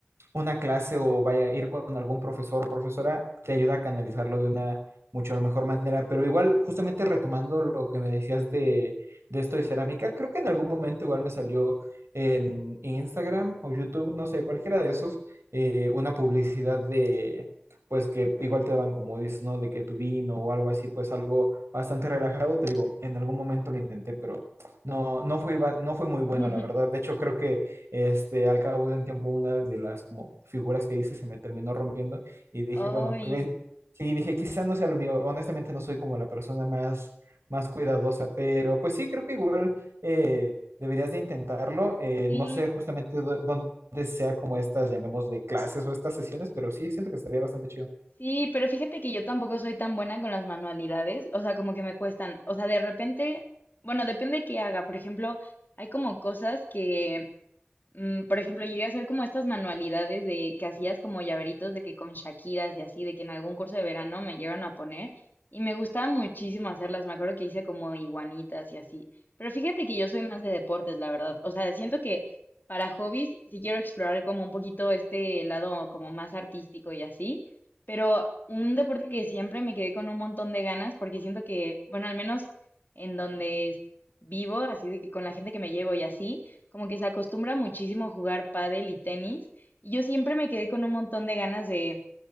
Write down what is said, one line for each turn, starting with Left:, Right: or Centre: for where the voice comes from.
Right: una clase o vaya a ir con algún profesor o profesora, te ayuda a canalizarlo de una mucho mejor manera. Pero igual, justamente retomando lo que me decías de, de esto de cerámica, creo que en algún momento igual me salió en Instagram o YouTube, no sé, cualquiera de esos, eh, una publicidad de, pues que igual te daban como dices, ¿no? De que tu vino o algo así, pues algo bastante relajado. Te digo, en algún momento lo intenté, pero no, no fue, iba- no fue muy bueno,
Left: <laughs>
Right: la verdad. De hecho, creo que este, al cabo de un tiempo, una de las como figuras que hice se me terminó rompiendo y dije,
Left: Ay,
Right: bueno, cre- sí, dije, quizá no sea lo mío. Honestamente, no soy como la persona más, más cuidadosa, pero pues sí, creo que igual eh, deberías de intentarlo. Eh,
Left: sí,
Right: no sé justamente dó- dónde sea como estas, llamemos de clases o estas sesiones, pero sí, siento que estaría bastante chido.
Left: sí, pero fíjate que yo tampoco soy tan buena con las manualidades, o sea, como que me cuestan, o sea, de repente, bueno, depende qué haga, por ejemplo, hay como cosas que Mm, por ejemplo, llegué a hacer como estas manualidades de que hacías como llaveritos de que con Shakiras y así, de que en algún curso de verano me llevan a poner y me gustaba muchísimo hacerlas. Me acuerdo que hice como iguanitas y así. Pero fíjate que yo soy más de deportes, la verdad. O sea, siento que para hobbies sí quiero explorar como un poquito este lado como más artístico y así. Pero un deporte que siempre me quedé con un montón de ganas porque siento que, bueno, al menos en donde vivo, así de que con la gente que me llevo y así como que se acostumbra muchísimo a jugar pádel y tenis, y yo siempre me quedé con un montón de ganas de